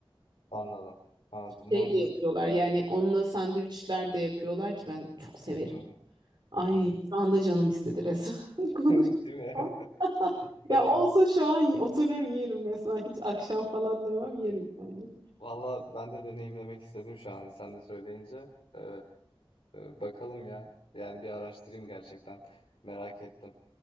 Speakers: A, on the left (about 75°); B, on the right (about 50°).
A: Anladım. Anladım.
B: Şey
A: Muhakkak.
B: de yapıyorlar yani onunla sandviçler de yapıyorlar ki ben çok severim.
A: Hı hı.
B: Ay
A: Hı hı.
B: şu anda canım istedi resmen <laughs> konuşmaktan.
A: <laughs> Değil mi? <laughs>
B: Ya
A: Evet.
B: olsa şu an oturur yerim resmen hiç akşam falan demem yerim
A: evet.
B: yani.
A: Valla ben de deneyimlemek istedim şu an sen de söyleyince. Ee, bakalım ya. Yani bir araştırayım gerçekten. Merak ettim.